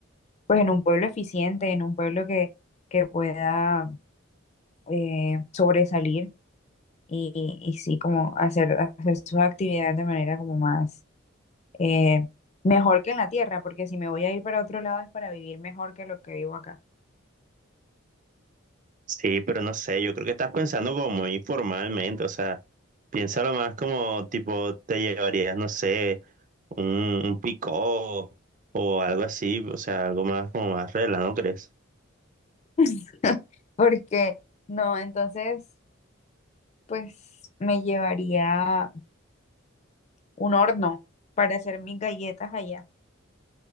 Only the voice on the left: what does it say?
pues, en un pueblo eficiente, en un pueblo que, que pueda eh, sobresalir y, y sí, como hacer, hacer sus actividades de manera como más eh, mejor que en la tierra, porque si me voy a ir para otro lado es para vivir mejor que lo que vivo acá.
<laughs> Porque no, entonces, pues me llevaría un horno para hacer mis galletas allá.